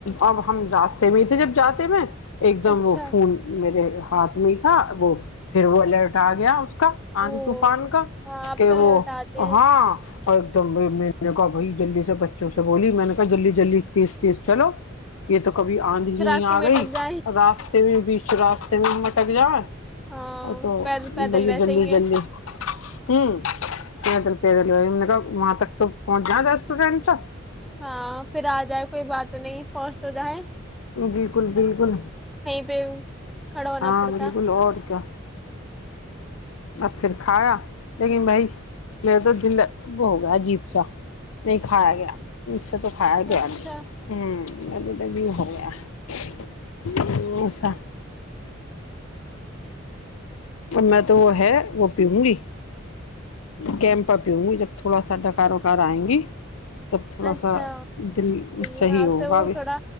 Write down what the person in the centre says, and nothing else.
اچھا
او
ہاں اب
تو
لوٹاتے ہیں
راستے
میں
اٹک جائیں
ہاں
پیدل پیدل
ویسے
ہی ہیں
ہاں پھر آ جائے کوئی بات نہیں پ تو ج ہے
پہ کھڑا ہونا
پڑتا
اچھا
اچھا
ہے ہاں
اس سے وہ
تھوڑا